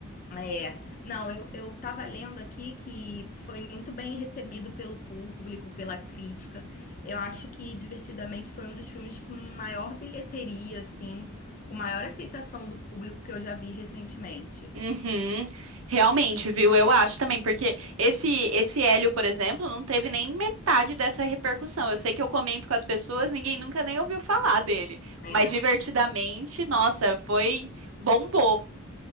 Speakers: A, on the left (about 35°); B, on the right (about 65°).
A: É, não, eu, eu tava lendo aqui que foi muito bem recebido pelo público, pela crítica. Eu acho que Divertidamente foi um dos filmes com maior bilheteria, assim, com maior aceitação do público que eu já vi recentemente.
B: Uhum. Realmente, viu? Eu acho também, porque esse esse Hélio, por exemplo, não teve nem metade dessa repercussão. Eu sei que eu comento com as pessoas, ninguém nunca nem ouviu falar dele,
A: É.
B: mas divertidamente, nossa, foi bombou.